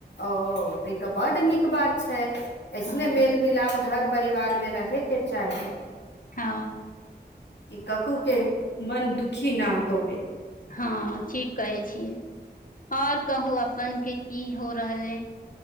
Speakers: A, on the left; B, on the left.
A: ओ तऽ ई तऽ बड नीक बात छै। ऐसने
B: हँ
A: मेल-मिलाप घर-परिवार मे रहेके चाही।
B: हँ।
A: कि ककूके मन दुखी ना होवे।
B: हँ, ठीक कहै छियै। और कहू अपनके की हो रहल हइ?